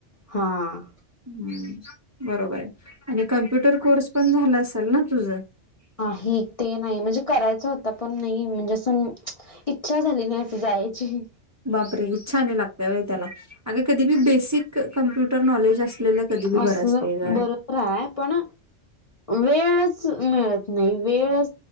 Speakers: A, on the left; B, on the right.
A: हा
B: हम् बरोबर आहे आणि कम्प्युटर कोर्स पण झाला असेल ना तुझं
A: नाही ते नाही, म्हणजे करायचं होत. पण नाही म्हणजे अस इच्छा झाली नाही. असं जायची.
B: बापरे!... इच्छा लागत व त्याला अग कधी बी बेसिक कम्प्युटर नॉलेज असलेलं कधी बी
A: असल
B: बरं असते ग
A: बर आहे. पण वेळच मिळत नाही. वेळच